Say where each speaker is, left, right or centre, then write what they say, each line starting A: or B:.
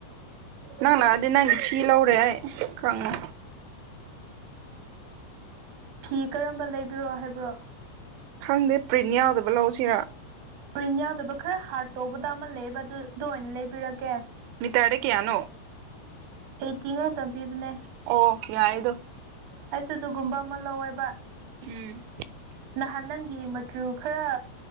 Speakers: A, on the right; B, on the right.
A: ꯅꯪꯂꯛꯑꯗꯤ ꯅꯪꯒꯤ ꯐꯤ ꯂꯧꯔꯦ ꯑꯩ ꯈꯪꯉꯨ
B: ꯐꯤ ꯀꯔꯝꯕ ꯂꯩꯕꯤꯔꯣ ꯍꯥꯏꯕ꯭ꯔꯣ
A: ꯈꯪꯗꯦ ꯄ꯭ꯔꯤꯟ ꯌꯥꯎꯗꯕ ꯂꯧꯖꯤꯔꯥ
B: ꯄ꯭ꯔꯤꯟ ꯌꯥꯎꯗꯕ ꯈꯔ ꯍꯥꯔꯠ ꯇꯧꯕꯗ ꯑꯃ ꯂꯩꯕ ꯑꯗꯨ ꯑꯗꯨ ꯑꯣꯏꯅ ꯂꯩꯕꯤꯔꯛꯀꯦ
A: ꯃꯤꯇꯔꯗ ꯀꯌꯥꯅꯣ
B: ꯑꯦꯠꯇꯤ ꯉꯥꯛꯇ ꯄꯤꯕꯅꯦ
A: ꯑꯣ ꯌꯥꯏꯗꯣ
B: ꯑꯩꯁꯨ ꯑꯗꯨꯒꯨꯝꯕ ꯑꯃ ꯂꯧꯋꯦꯕ
A: ꯎꯝ
B: ꯅꯍꯥꯟ ꯅꯪꯒꯤ ꯃꯆꯨ ꯈꯔ